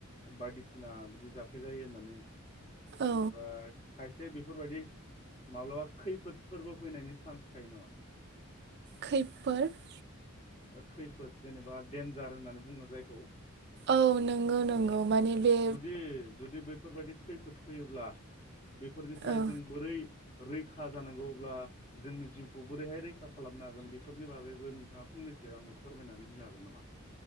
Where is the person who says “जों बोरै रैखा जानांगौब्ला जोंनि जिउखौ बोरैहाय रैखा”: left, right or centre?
Left